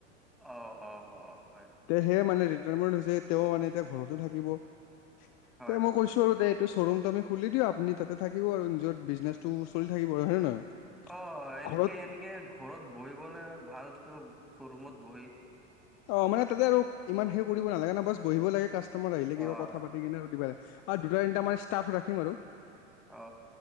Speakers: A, in the centre; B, on the left.
A: অ, অ, অ।
B: তে সেয়ে মানে ৰিটায়াৰমেন্ট হৈছে, তেওঁ মানে এতিয়া ঘৰতে থাকিব।
A: হয়
B: তে
A: হয়
B: মই কৈছো
A: হয়
B: আৰু তে টো শ্বৰৰুমটো আমি খুলি দিওঁ আপুনি তাতে থাকিব আৰু নিজৰ বিজনেছটোও চলি থাকিব আৰু, হয় নে নহয়?
A: অ, এনকে
B: ঘৰত
A: এনেকে ঘৰত বহিবলে ভালতো শ্ব'ৰুমত বহি।
B: অ, মানে তাতে আৰু ইমান সেই কৰিব নালাগে না বছ বহিব লাগে কাষ্টমাৰ আহিলে কিবা
A: অ'
B: কথা পা তি কিনে আৰু দিবা আৰু দুটা-তিনটা মানে ষ্টাফ ৰাখিম আৰু।
A: অ,